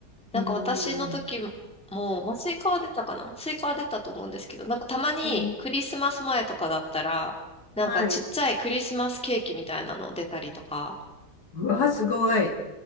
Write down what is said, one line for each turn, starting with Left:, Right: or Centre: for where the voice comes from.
Centre: なんか私の時も、
Left: うん。
Centre: まあ、スイカは出たかなスイカは出たと思うんですけど、なんかたまにクリスマス前とかだったら、
Left: ええ、
Centre: なんかちっちゃいクリスマスケーキみたいなの出たりとか、
Left: はい。うわ、すごい。